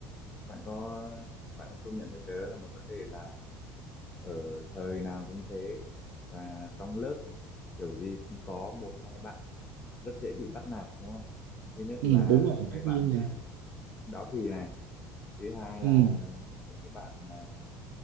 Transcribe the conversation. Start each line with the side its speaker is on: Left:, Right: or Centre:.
Left: bạn có bạn có công nhận với tớ là một vấn đề là ở thời nào cũng thế và trong lớp kiểu gì cũng có một hai bạn rất dễ bị bắt nạt đúng không thứ nhất
Right: ừ,
Left: là
Right: đúng rồi
Left: mấy
Right: tất
Left: bạn
Right: nhiên nè
Left: à, béo phì này thứ hai là
Right: ừ,
Left: những cái bạn à,